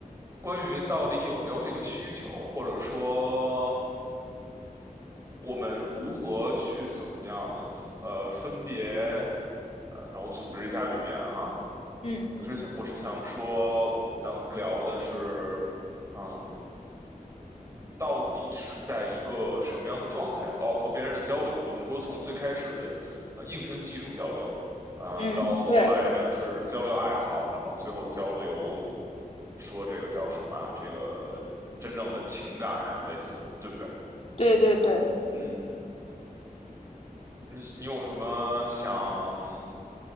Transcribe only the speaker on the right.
关于到底有没有这个需求，或者说我们如何去怎么样呢？呃，分别，呃，让我组织一下语言哈。
我是想，我是想说，我们当时聊的是，嗯，到底是在一个什么样的状态和哦和别人的交流？我们说从最开始的呃硬性技术交流，呃，
到后来的是交流爱好，
然后最后交流说这个叫什么啊这个真正的情感呀，类似的，对不对？
嗯，你你有什么想